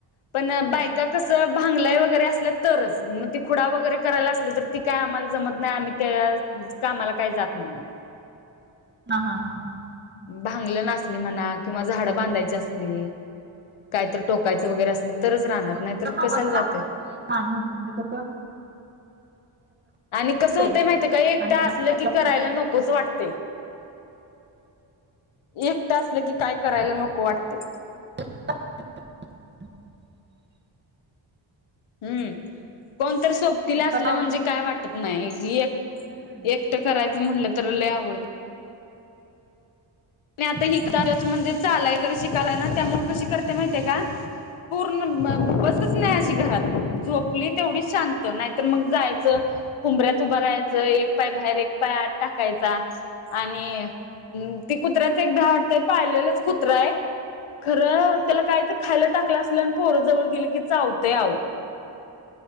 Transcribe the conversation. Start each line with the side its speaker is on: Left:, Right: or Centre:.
Left: पण बायका
Right: हा
Left: कसं भांगला वगैरे असल्या तरच, म ते खुडा वगैरे करायला असल्या, तर ती काय आम्हाला जमत नाही, आम्ही त्या कामाला काही जात नाही, म.
Right: हा हा हा हा हां.
Left: भांगलंन असली म्हणा किंवा झाडं बांधायची असली कायतरं टोकायचं वगैरे असलं, तरच रानात,
Right: हो
Left: नाही
Right: त्यांच्या
Left: तर
Right: सोबत
Left: कशाला
Right: लागतेच
Left: जाते.
Right: हो एक माणूस, म्हणजे कसं
Left: आणि कसं
Right: ते
Left: होतं, माहिती काय, एकट
Right: आणि
Left: असलं की,
Right: आपण
Left: करायला नकोच वाटतय. एकट असलं की, काय करायला, नको वाटतय.
Right: <unintelligible>
Left: हम्म, कोणतरी सोबतीला
Right: घरात
Left: असल, म्हणजे
Right: आवरून
Left: काय वाटत नाही, एक-एक
Right: हम्म
Left: ट करायचं, म्हनलं तर लई आवगड हो आणि आता हे
Right: हम्म
Left: इकडे आले च, म्हणजे चालाय वगैरे शिकालाय ना, त्यामुळं कशी करते माहितीे का? पूर्ण मं बसच नाही,
Right: हम्म
Left: अशी घरात, झोपली तेवढीच शांत, नाहीतर मग जायचं ऊंबऱ्यात उभं राायचं, एक पाय बाहेर, एक पाय आत टाकायचा. आणि मंग ते कुत्र्याच एक भ्याव वाटतंय, पाळलेलंच कुत्रा ये, खरं त्याला काय बी खायला टाकलं, असल अन पोर जवळ गेले की, चावतय आओ.